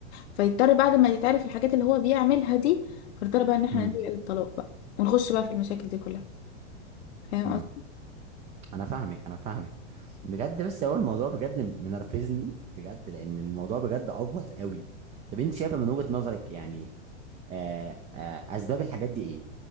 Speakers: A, on the left; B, on the right.
A: فيضطر بعد ما يتعرف الحاجات اللي هو بيعملها دي فيضطر بقى ان احنا
B: امم
A: نلجأ للطلاق بقى ونخش بقى في المشاكل دي كلها فاهم
B: امم
A: قصدي
B: انا فاهمك انا فاهمك بجد بس هو الموضوع بجد منرفزني بجد لان الموضوع بجد افور قوي طب انت شايفة من وجهة نظرك يعني آه، آه، اسباب الحاجات دي ايه